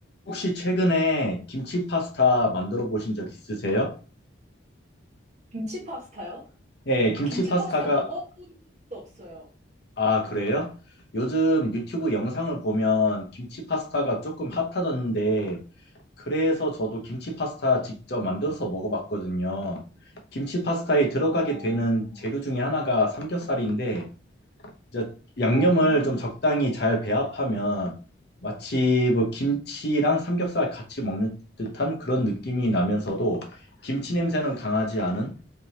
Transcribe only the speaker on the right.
김치 파스타요?
아,
김치
파스타 먹어본 적도 없어요.
아마도.
네네.
어,
어,